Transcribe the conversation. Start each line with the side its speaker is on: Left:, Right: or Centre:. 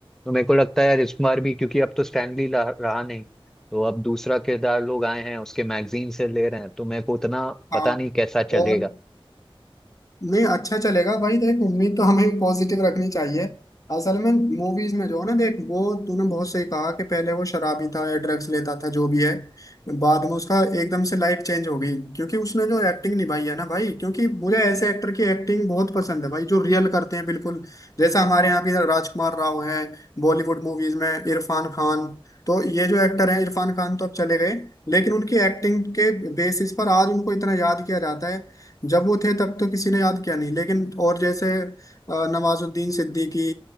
Centre: तो मेरे को लगता है यार इस बार भी क्योंकि अब तो स्टैनली रहा नहीं तो अब दूसरा किरदार लोग आए हैं उसके मैगजीन से ले रहे हैं तो मेरे को उतना
Left: हाँ
Centre: पता नहीं कैसा चलेगा
Left: और नहीं अच्छा चलेगा भाई देख उम्मीद तो हमें पॉजिटिव रखनी चाहिए असल में मूवीज में जो है ना देख वो तूने बहुत सही कहा कि पहले वो शराबी था या ड्रग्स लेता था जो भी है बाद में उसका एकदम से लाइफ चेंज हो गई क्योंकि उसने जो एक्टिंग निभाई है ना भाई क्योंकि मुझे ऐसे एक्टर की एक्टिंग बहुत पसंद है भाई जो रियल करते हैं बिल्कुल जैसा हमारे यहाँ भी राजकुमार राव हैं बॉलीवुड मूवीज में इरफान खान तो ये जो एक्टर हैं इरफान खान तो अब चले गए लेकिन उनकी एक्टिंग के बेसिस पर आज उनको इतना याद किया जाता है जब वो थे तब तो किसी ने याद किया नहीं लेकिन और जैसे अ, नवाजुद्दीन सिद्दीकी